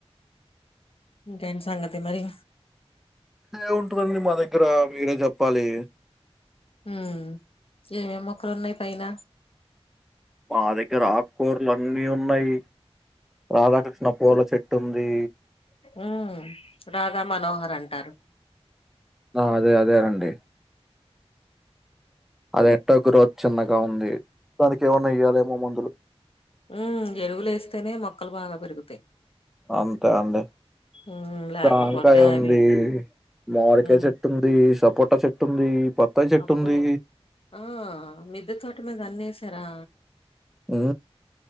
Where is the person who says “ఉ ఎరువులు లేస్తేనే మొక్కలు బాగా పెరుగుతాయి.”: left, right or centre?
Left